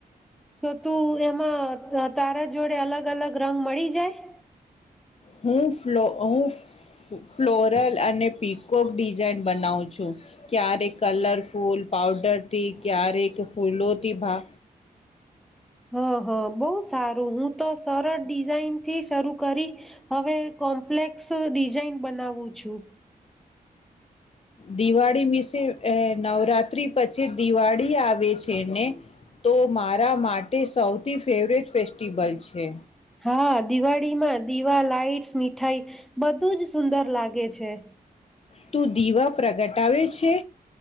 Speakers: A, in the centre; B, on the left.
A: તો તું એમાં તા તારા જોડે અલગ-અલગ રંગ મળી જાય?
B: હું ફલો હું ફ્લોરલ અને પિકોક ડિઝાઇન બનાઉં છું, ક્યારેક કલરફૂલ પાઉડરથી, ક્યારેક ફૂલોથી ભા
A: હા, હા બહુ સારું. હું તો સરળ ડિઝઇનથી શરૂ કરી હવે કોમ્પ્લેક્સ ડિઝાઇન બનાવું છું.
B: દિવાળી મિસે અહ નવરાત્રી પછી દિવાળી આવે છે ને, તો મારા માટે સૌથી ફેવરેટ ફેસ્ટિવલ છે.
A: હા દિવાળીમાં દીવા, લાાઈટ્સ, મીઠાઈ બધું જ સુંદર લાગે છે.
B: તું દીવા પ્રગટાવે છે?